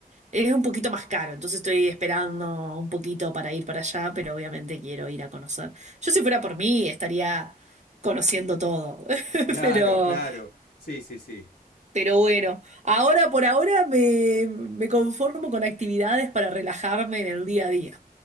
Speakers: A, on the right; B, on the left.
A: es un poquito más caro, entonces estoy esperando un poquito para ir para allá, pero obviamente quiero ir a conocer. Yo si fuera por mí estaría conociendo todo, <laughs>
B: claro,
A: pero...
B: claro. Sí, sí, sí.
A: Pero bueno, ahora por ahora me, me conformo con actividades para relajarme en el día a día.